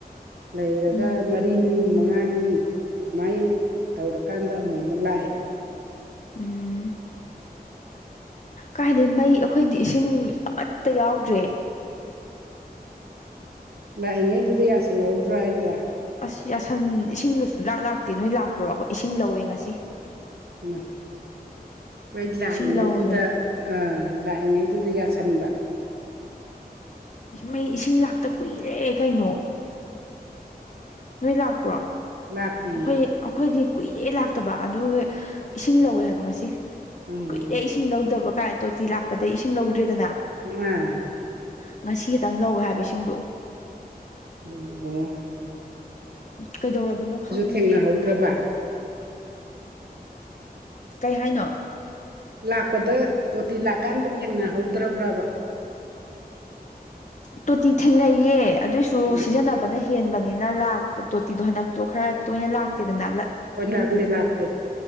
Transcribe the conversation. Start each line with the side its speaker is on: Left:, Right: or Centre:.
Right: ꯂꯩꯔꯒ
Left: ꯎꯝ
Right: ꯃꯔꯤꯅꯤ ꯃꯉꯥꯅꯤ ꯁꯨꯃꯥꯏ ꯇꯧꯔꯀꯥꯟꯗ ꯑꯃꯨꯛ ꯑꯃꯨꯛ ꯂꯥꯛꯑꯦ
Left: ꯎꯝ ꯀꯥꯏꯗꯩ ꯃꯩ ꯑꯩꯈꯣꯏꯗꯤ ꯏꯁꯤꯡ ꯑꯃꯠꯇ ꯌꯥꯎꯗ꯭ꯔꯦ
Right: ꯂꯥꯛꯏꯉꯩꯗꯨꯗ ꯌꯥꯁꯜꯍꯧꯗ꯭ꯔꯥ ꯍꯥꯏꯁꯦ
Left: ꯑꯁ ꯌꯥꯁꯟ ꯏꯁꯤꯡ ꯁꯨꯡꯂꯥꯛ ꯂꯥꯛꯇꯦ ꯅꯣꯏ ꯂꯥꯛꯄ꯭ꯔꯣ ꯑꯩꯈꯣꯏ ꯏꯁꯤꯡ ꯂꯧꯋꯦ ꯉꯁꯤ
Right: ꯍꯥꯢꯃ ꯈꯣꯏ ꯂꯥꯛꯏꯉꯩꯗꯨꯗ
Left: ꯏꯁꯤꯡ ꯂꯧꯔꯦ
Right: ꯑꯥ ꯂꯥꯛꯏꯉꯩꯗꯨꯗ ꯌꯥꯁꯟꯕ
Left: ꯃꯩ ꯏꯁꯤꯡ ꯂꯥꯛꯇ ꯀꯨꯏꯔꯦ ꯀꯩꯅꯣ ꯅꯣꯏ ꯂꯥꯛꯄ꯭ꯔꯣ ꯑꯩꯈꯣꯏ
Right: ꯂꯥꯛꯇꯤꯌꯦ
Left: ꯑꯩꯈꯣꯏꯗꯤ ꯀꯨꯏꯔꯦ ꯂꯥꯛꯇꯕ ꯑꯗꯨ ꯏꯁꯤꯡ ꯂꯧꯋꯦ ꯍꯥꯏꯕ ꯉꯁꯤ
Right: ꯑꯣ
Left: ꯀꯨꯏꯔꯦ ꯏꯁꯤꯡ ꯏꯁꯤꯡ ꯂꯧꯗꯕ ꯀꯥꯏ ꯇꯣꯇꯤ ꯂꯥꯛꯄꯗꯩ ꯏꯁꯤꯡ ꯂꯧꯗ꯭ꯔꯦꯗꯅ
Right: ꯎꯝ
Left: ꯉꯁꯤ ꯇꯪ ꯂꯧꯋꯦ ꯍꯥꯏꯕ ꯏꯁꯤꯡꯗꯣ
Right: ꯎꯝ
Left: ꯀꯩꯗꯧꯔꯕꯅꯣ ꯈꯪꯗꯦ
Right: ꯊꯦꯡꯅꯍꯧꯗ꯭ꯔꯕ
Left: ꯀꯩ ꯍꯥꯏꯅꯣ
Right: ꯂꯥꯛꯄꯗ ꯇꯣꯇꯤ ꯂꯥꯛꯀꯥꯟꯗ ꯊꯦꯡꯅꯍꯧꯗ꯭ꯔꯕ꯭ꯔꯕ
Left: ꯇꯣꯇꯤ ꯊꯦꯡꯅꯩꯌꯦ ꯑꯗꯨꯏꯁꯨ
Right: ꯎꯝ
Left: ꯁꯤꯖꯤꯟꯅꯕꯅ ꯍꯦꯟꯕꯅꯤꯅ ꯇꯣꯇꯤꯗꯣ ꯍꯟꯗꯛꯇꯣ ꯈꯔ ꯇꯣꯏꯅ ꯂꯥꯛꯇꯦꯗꯅ
Right: ꯍꯣꯏ ꯂꯥꯛꯇꯦ ꯂꯥꯛꯇꯦ